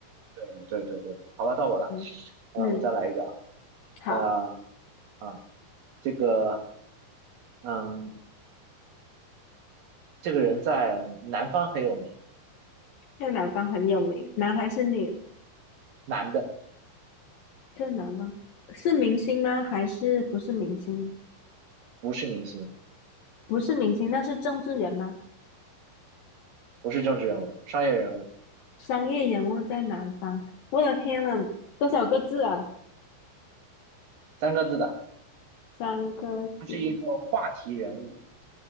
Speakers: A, on the right (about 60°); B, on the left (about 65°).
A: 对对对对对，好了，到我了，
B: 嗯嗯，
A: 啊、我再来一个啊，
B: 好，
A: 呃啊，这个嗯，这个人在南方很有名，
B: 在南方很有名，男还是女？
A: 男的，
B: 在南方是明星吗？还是不是明星？
A: 不是明星，
B: 不是明星，那是政治人吗？
A: 不是政治人物，商业人物，
B: 商业人物在南方，我的天呐，多少个字啊？
A: 三个字的，
B: 三个字。
A: 他是一个话题人物，